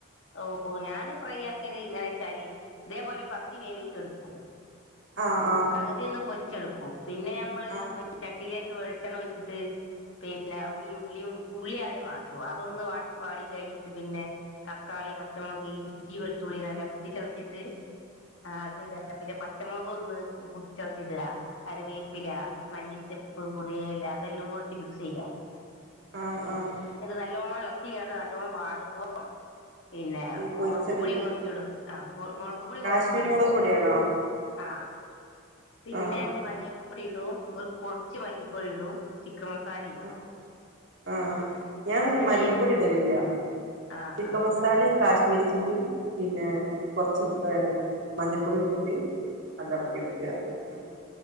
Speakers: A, on the left (about 70°); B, on the right (about 65°).
A: ഓ ഞാന് ഫ്രൈയാ ക്കല് ഇങ്ങനെ വെച്ചാല് ഇതേപോലെ പകുതി വേവിച്ചെടുക്കും
B: ആഹ് ആഹ്
A: ആദ്യൊന്ന് പൊരിച്ചെടുക്കും പിന്നെ ഞമ്മള്
B: ആഹ്
A: പി ചട്ടീലേക്ക് വെളിച്ചെണ്ണ ഒഴിച്ചിട്ട് പിന്നെ ഈ ഉള്ളിയും ഉള്ളിആദ്യം വാട്ടും അതൊന്ന് വാ വാടി കെഴ്ഞ്ഞ്ട്ട് പിന്നെ തക്കാളി, പച്ചമുളക്, ഇഞ്ചി, വെളതുള്ളി നല്ല കുത്തി ചതച്ചിട്ട് ആഹ് അത് ഇടാ ന്നാ പിന്നെ പച്ചമുളക് ഒന്ന് കുത്തി ചതച്ചിടാ കറിവേപ്പിലാ,
B: ആഹ്
A: മല്ലിച്ചെപ് പ്പ് പുതിന ഇല ഇ തെല്ലാം കൂടി ഇട്ട് മിക്സ് ചെയ്യാ
B: ആഹ് ആഹ്
A: ന്നട്ട് ഇത് നല്ലോണം എളക്കിങ്ങാണ്ട് നല്ലോണം വാടുമ്പോ പിന്നെ
B: ഈ
A: മൊ
B: പൊരിച്ചത്
A: മൊളക്പൊളി
B: ഇടില്ലേ
A: കൊർച്ചിടും ആഹ് മൊ മൊളക്പൊടി
B: കാശ്മീരി
A: കൊർച്ച് ഇടും
B: മുളക് പൊടിയാണോ
A: ആഹ് പിന്നെ
B: ആഹ്
A: മഞ്ഞപ്പൊടി ഇടും ഒരു കൊർച്ച് മല്ലിപ്പൊടി ഇടും ചിക്കം മസാലി ഇടും
B: ആഹ് ആഹ് ഞാൻ പിന്നെ
A: എന്നിട്ട്
B: മല്ലിപ്പൊടി
A: ഈ
B: ഇടല് ഇല്ല
A: ആ
B: ചിക്കൻ
A: ആ
B: മസാലും കാശ്മീ ശ്മീരി ചില്ലിം പിന്നെ കൊർച്ചു മഞ്ഞപ്പൊടിയു ഇട്ട്ട്ട് ആണ്ട് എളക്കി എട്ക്കാ ഉം